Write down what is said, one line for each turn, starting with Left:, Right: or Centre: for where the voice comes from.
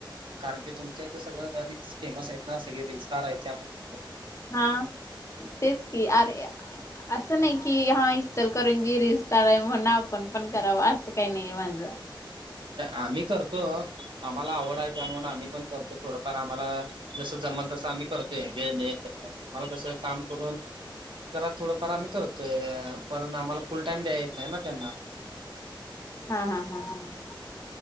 Right: कारण की तुमच्या इथं सगळं रील्स फेमस आहेत ना सगळे रील्स स्टार आहेत ना.
Left: हा तेच की अरे. असं नाही की हा इचलकरंजी रिल स्टार आहे म्हणून आपण पण कराव अस काय नाही माझं.
Right: आम्ही करतो आम्हाला आवड आहे त्यामुळे आम्ही पण करतो. थोडंफार आम्हाला जस जमल तसं आम्ही करतोय वे तस आ कसं काम करून जरा थोडंफार आम्ही करतोय पण आम्हाला फुल टाइम द्यायला येत नाही ना त्यांना.
Left: हा हा हा हा '